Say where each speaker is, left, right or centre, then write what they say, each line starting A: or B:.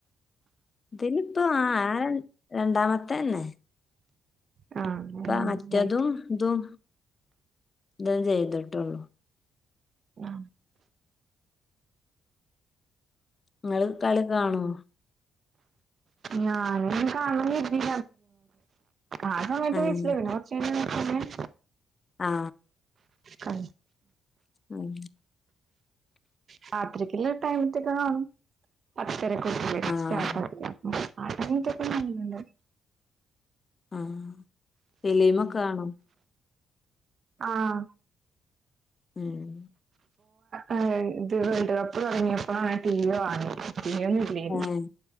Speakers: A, on the left; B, on the right.
A: ഇതിലപ്പോ ആ രണ്ടാമത്തെ തന്നെ
B: ആഹ് ഒന്നാമതായിട്ട്
A: അപ്പൊ മറ്റതും ഇതും ഇത ചെയ്തിട്ടുള്ളു
B: ആ
A: നിങ്ങള് കളി കാണുമോ
B: ഞാന കാണ എങ്ങ ആ സമയത്ത്
A: ആഹ്
B: വഴിച്ചില്ലേ പിന്നെ കുറച്ചന്നെ
A: ആ
B: ആ
A: ഉം
B: രാത്ക്കല്ല ഒരു ടൈമത്തക്കെ കാണും <unintelligible>
A: ആഹ് ആഹ ഫിലിമൊക്കെ കാണോ
B: ആഹ
A: ഉം
B: അ ഇത് വേൾഡ് കപ്പ് തുടങ്ങിയപ്പോളാണ് ടീവി വാങ്ങിയെ നേരി
A: ഏഹ്